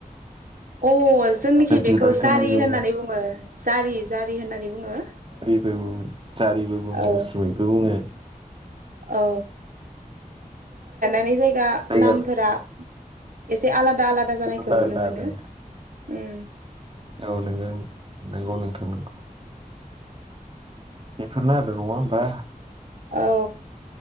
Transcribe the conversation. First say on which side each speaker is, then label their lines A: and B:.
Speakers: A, on the right (about 70°); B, on the right (about 35°).
A: अ जोंनिखि
B: ओमफ्राय
A: बेखौ
B: बिबार
A: जारि
B: गोमो गोमो
A: होननानै बुङो जारि जारि होननानै बुङो
B: बे <unintelligible> जारिबो बुङो
A: औ
B: उसुमिबो बुङो।
A: औ नै ना
B: जायगा
A: नामफोरा एसे आलादा आलादा जानायखौ
B: आलदा
A: नुनो
B: आलदा
A: मोनो।
B: आरो
A: उम
B: औ नों नोंगौ नोंथां नोंगौ। बेफोरनो आरो नङा होमबा
A: औ